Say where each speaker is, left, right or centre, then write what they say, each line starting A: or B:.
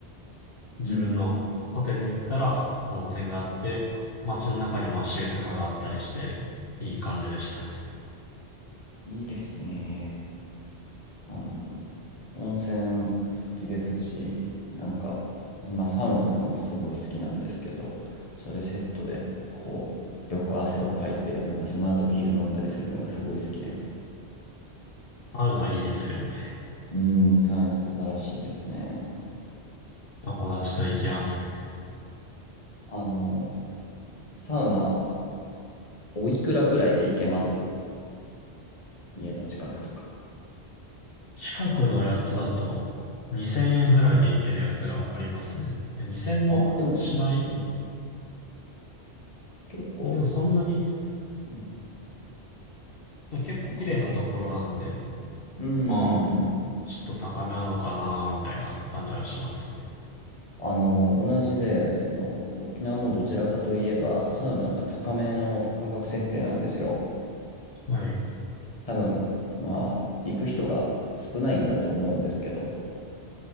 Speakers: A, on the left (about 55°); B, on the left (about 35°).
A: 自分のホテルに行ったら温泉があって、
B: うん、うん
A: 街の中にも足湯とかがあったりして、いい感じでしたね。
B: いいですね。あの、温泉好きですし、なんか、まあ、サウナとかもすごい好きなんですけど、それセットで、こう、よく汗をかいて、なんかその後ビール飲んだりするのがすごい好きで。
A: サウナいいですよね。
B: うん、サウナ素晴らしいですね。
A: 友達と行きますね。
B: あの、サウナ、おいくらくらいで行けます家の近くとか。
A: 近くのやつだと2000円ぐらいで行けるやつがありますね。いや、2000もしない。
B: ああ、でも、うん結構、
A: でもそんなに、
B: うん、
A: 結構綺麗なところなんで、
B: なんか、うんうんうん。
A: まあ、うんちょっと高めなのかな、みたいな感じはしますね。
B: あの、同じで、その、沖縄もどちらかといえば、サウナが高めの価格設定なんですよ。
A: はい。
B: 多分、まあ、行く人が少ないんだと思うんですけど、